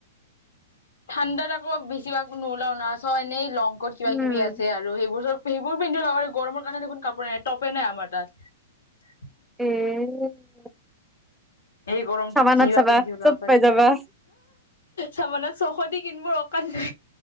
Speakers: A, on the left (about 75°); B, in the centre.
A: ঠাণ্ডাত আকৌ বেছিভাগ নোলাও না, চ এনেই লং ক'ত কিবা
B: উম
A: - কিবি আছে আৰু সেইবোৰ চ সেইবোৰ পিন্ধি লগা গৰমৰ কাৰণে দেখোন কাপোৰ নাই টপে নাই আমাৰ তাত।
B: এ'
A: এই গৰমটোত
B: চাবানাত
A: কি বা
B: চাবা
A: পিন্ধি উওলাব
B: চব
A: পাৰি,
B: পাই যাবা
A: চানে চকদি কিনিব <inaudible> কজ <inaudible>